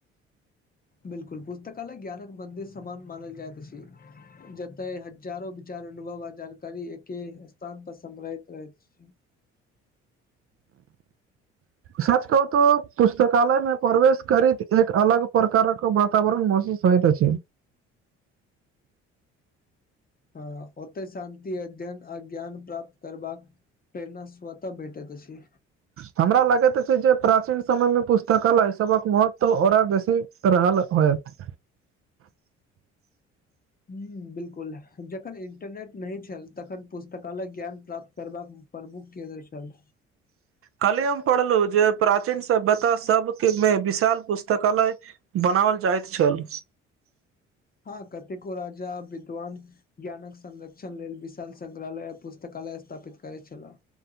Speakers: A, on the left; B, on the right.
A: बिल्कुल, पुस्तकालय ज्ञानक मन्दिर समान मानल जाइत अछि। जते हजारो विचार अनुभव आ जानकारी एके स्थान पर संग्रहित रहत। <inaudible> <inaudible>
B: सच कहु तो पुस्तकालयमे प्रवेश करैत एक अलग प्रकार के वातावरण महसूस होइत अछि।
A: हँ, ओतय शान्ति अध्ययन आ ज्ञान प्राप्त करबाकऽ प्रेरणा स्वत भेटै अछि
B: हमरा लागैत छै। जे प्राचीन समयमे पुस्तकालय सभक महत्व औकरा बेसी त रहल होयत
A: हा, बिल्कूल जखन इंटरनेट नहि छल तखन पुस्तकालय ज्ञान प्राप्त करबाकऽ प्रभुखके दशल
B: कलिय हम पढ़लहु जे प्राचीन सभ्यता सभमे विशाल पुस्तकालय। बनावल चाहैत छल
A: हँ, कतेको राजा विद्वान। ज्ञानक संरक्षण लेल विशाल, संगग्रहालय आ पुस्तकालय, स्थापित करैत छला।